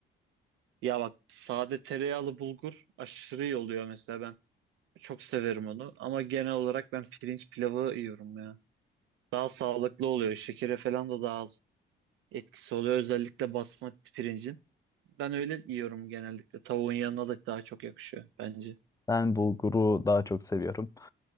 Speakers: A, on the right; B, on the left.
A: Ya bak sade tereyağlı bulgur aşırı iyi oluyor mesela. Ben Çok severim onu ama genel olarak ben pirinç pilavı yiyorum ya. Daha sağlıklı oluyor. Şekere falan da daha az etkisi oluyor. Özellikle basmati pirincin. Ben öyle yiyorum genellikle. Tavuğun yanına da daha çok yakışıyor bence.
B: Ben bulguru daha çok seviyorum.